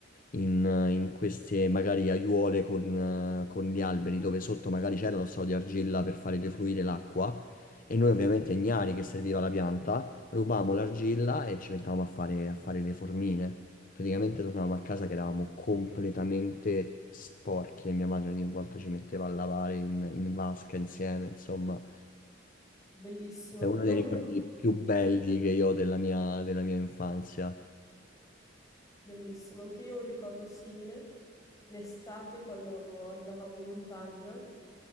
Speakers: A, on the left (about 45°); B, on the left (about 20°).
A: in, in queste magari aiuole con, eh, con gli alberi dove sotto magari c'era lo strato di argilla per fare defluire l'acqua e noi ovviamente ignari che serviva la pianta rubavamo l'argilla e ci mettavamo a fare, a fare le formine. Praticamente tornavamo a casa che eravamo completamente sporchi e mia madre ogni volta ci metteva a lavare in, in vasca insieme, insomma.
B: Bellissimo.
A: È uno
B: Io
A: dei
B: ho
A: ricordi
B: un ricordo
A: più belli
B: simile,
A: che io ho della mia, della mia infanzia.
B: bellissimo, anche io ho un ricordo simile. L'estate, quando andavamo in montagna,